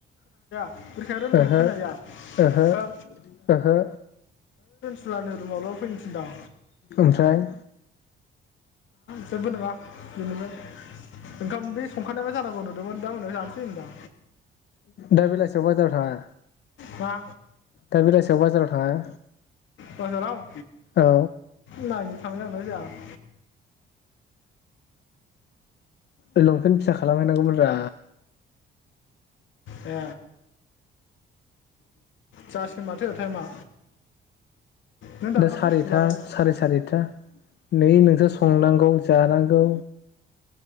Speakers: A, on the left; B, on the left.
A: रोखा रायलायनायखौ
B: ओहो
A: खोना हैया
B: ओहो
A: हो।
B: ओहो
A: सिलानि रुमावाबबो फैनो थिनदां
B: ओमफ्राय
A: जेबो नङा बेनिफ्राय ओंखाम बे संखानायबा जानांगौ न मोन दा मोनायाव होनदां
B: दा बेलासियाव बाजार थाङा
A: मा
B: दा बेलासियाव बाजाराव थाङा?
A: बाजाराव!
B: औ
A: नायनि थांनाय जाना जाया-
B: ओइ लंपेन्ट फिसा खालामहैनांगौमोन रा
A: ए जासिगोन माथो टाइमा नों दानहरलै
B: दा सारिथा
A: एबाराव
B: साराय सारिथा नै नोंसोर संनांगौ जानांगौ